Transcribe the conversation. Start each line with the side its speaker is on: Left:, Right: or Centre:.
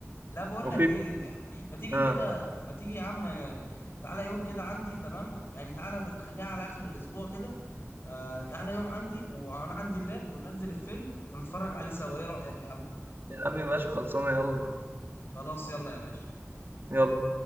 Left: لا بقول
Right: وفي
Left: لك ايه يعني ما تيجي
Right: اه
Left: كده ما تيجي يا عم آه، تعالى يوم كده عندي تمام يعني تعالى خليها على اخر الاسبوع كده آه تعالى يوم عندي وانا عندي اللاب وننزل الفيلم ونتفرج عليه سوا ايه رأيك يا عم
Right: يا عمي ماشي خلصانه يلا
Left: خلاص يلا يا باشا
Right: يلا